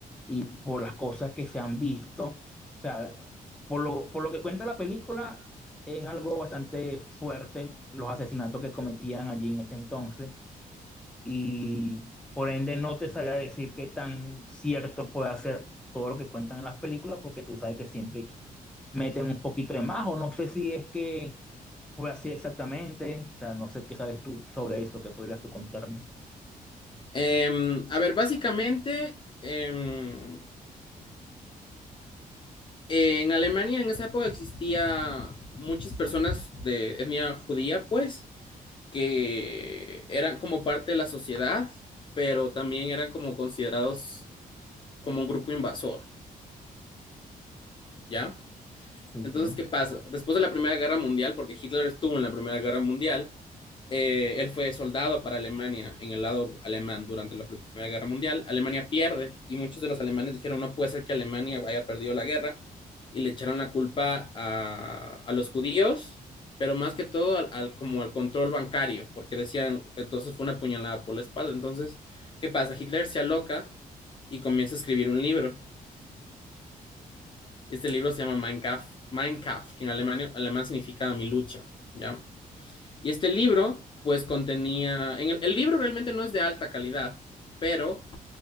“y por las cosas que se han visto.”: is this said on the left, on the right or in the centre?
Centre